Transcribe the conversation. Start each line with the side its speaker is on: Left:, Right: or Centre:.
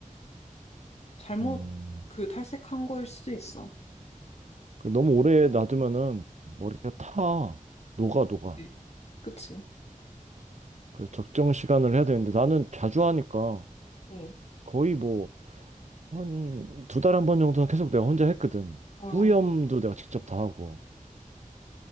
Left: 잘못
Right: 음,
Left: 그 탈색한 거일 수도 있어.
Right: 그 너무 오래 놔두면은 머리가 타. 녹아, 녹아.
Left: 네. 그치?
Right: 그래서 적정 시간을 해야 되는데 나는 자주 하니까
Left: 응.
Right: 거의 뭐 한 두 달에 한 번 정도는 계속 내가 혼자 했거든.
Left: 어. 어.
Right: 뿌염도 내가 직접 다 하고.